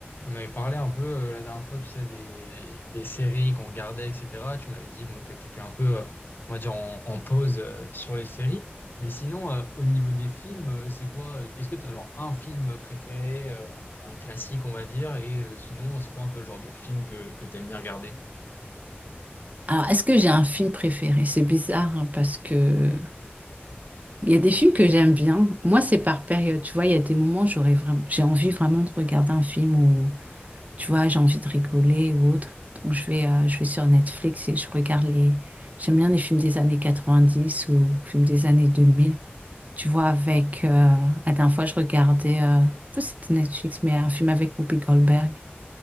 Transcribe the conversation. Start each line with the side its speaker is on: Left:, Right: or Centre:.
Left: On avait parlé un peu euh, la dernière fois, tu sais, des, des séries qu'on regardait, etc. Tu m'avais dit bon, que tu étais un peu, euh, on va dire, en, en pause euh, sur les séries. Mais sinon, euh, au niveau des films, euh, c'est quoi? euh, Est-ce que tu as alors un film préféré, euh, un classique, on va dire, et euh, sinon, c'est quoi un peu le genre de film que, que tu aimes bien regarder?
Right: Alors, est-ce que j'ai un film préféré? C'est bizarre hein, parce que il y a des films que j'aime bien. Moi, c'est par période. Tu vois, il y a des moments où j'aurais vraiment, j'ai envie vraiment de regarder un film où, tu vois, j'ai envie de rigoler ou autre. Donc, je vais, euh, je vais sur Netflix et je regarde les. J'aime bien les films des années 90 ou films des années 2000. Tu vois, avec euh, la dernière fois, je regardais, euh, je sais pas si c'était Netflix, mais un film avec Whoopi Goldberg.